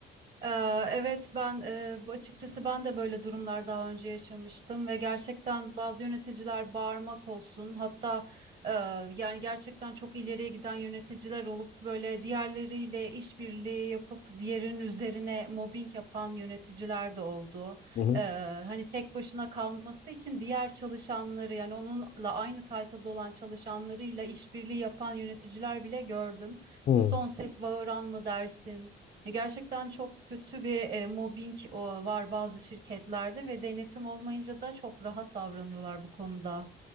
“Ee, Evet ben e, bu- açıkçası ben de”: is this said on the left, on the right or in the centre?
Right